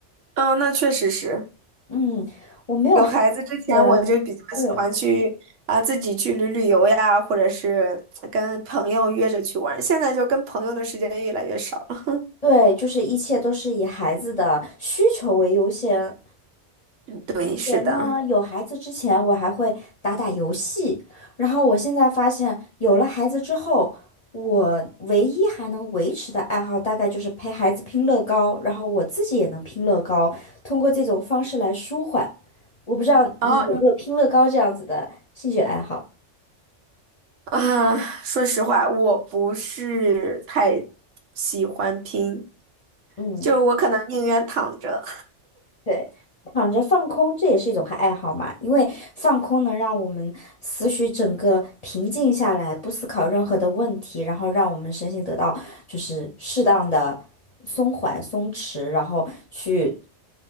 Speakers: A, on the right (about 80°); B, on the left (about 35°).
A: 嗯，那确实是
B: 嗯，我没有孩子前对
A: 有孩子之前，我就比较喜欢去啊自己去旅旅游呀，或者是跟朋友约着去玩儿现在就跟朋友的时间越来越少了。
B: 对，就是一切都是以孩子的需求为优先。
A: 对，
B: 以前呢，
A: 是的。
B: 有孩子之前，我还会打打游戏，然后我现在发现，有了孩子之后，我唯一还能维持的爱好，大概就是陪孩子拼乐高，然后我自己也能拼乐高，通过这种方式来舒缓。我不知道你有没有拼乐高这样子的兴趣爱好？
A: 然后啊，说实话，我不是太喜欢拼，
B: 嗯。
A: 就我可能宁愿躺着。
B: 对，躺着放空，这也是一种爱好嘛，因为放空能让我们思绪整个平静下来，不思考任何的问题，然后让我们身心得到就是适当的松缓、松弛，然后去